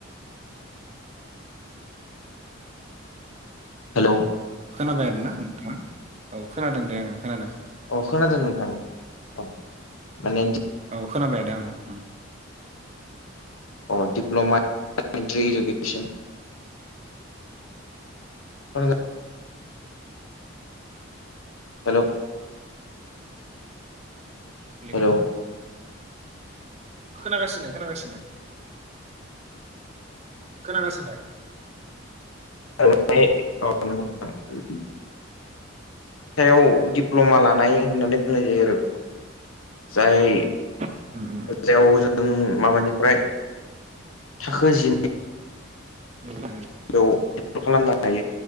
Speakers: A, on the left; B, on the right.
A: हेलौ
B: खोनाबाय आरोना नोंथाङा औ खोनादों दे आङो खोनादों
A: अ खोनादोंमोन नोंथां माने
B: औ खोनाबाय दों आङो
A: अ दिडप्ल'मा इलेमेन्ट्रि एडुकेसन आ हेलौ
B: गैया
A: हेलौ
B: नै खोनागासिनो खोनागासिनो खोनागासिनो
A: <unintelligible> सायाव दिडप्ल'मा लानाय होननानै बुंनाय जायो आरो बेखौ जाय
B: खोनागासिनो
A: जेव जों माबानिफ्राय थाखो जिनै
B: फ्राय
A: बेयाव खालामनो हायो